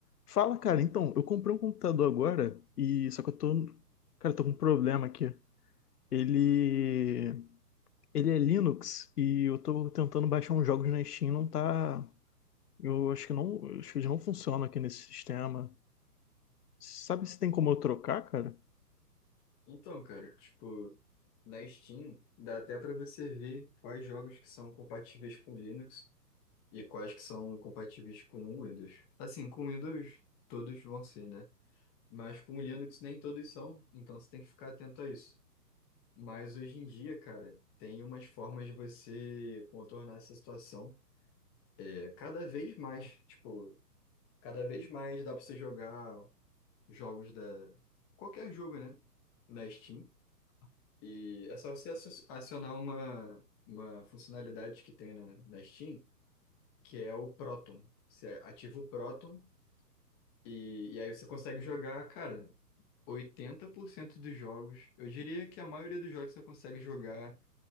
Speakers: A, on the left; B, in the centre.
A: Fala, cara. Então, eu comprei um computador agora e só que eu tô, cara, eu tô com um problema aqui. Ele, ele é Linux e eu tô tentando baixar uns jogos na Steam, não tá, eu acho que não, acho que eles não funcionam aqui nesse sistema. Sabe se tem como eu trocar, cara?
B: Então, cara, tipo, na Steam dá até pra você ver quais jogos que são compatíveis com Linux e quais que são compatíveis com Windows. Assim, com Windows todos vão ser, né? Mas com Linux nem todos são, então você tem que ficar atento a isso. Mas hoje em dia, cara, tem umas formas de você contornar essa situação. É cada vez mais, tipo, cada vez mais dá pra você jogar jogos da qualquer jogo, né? Na Steam. E é só você asso- acionar uma, uma funcionalidade que tem na, na Steam, que é o Proton. Você ativa o Proton e, e aí você consegue jogar, cara, 80% dos jogos. Eu diria que a maioria dos jogos você consegue jogar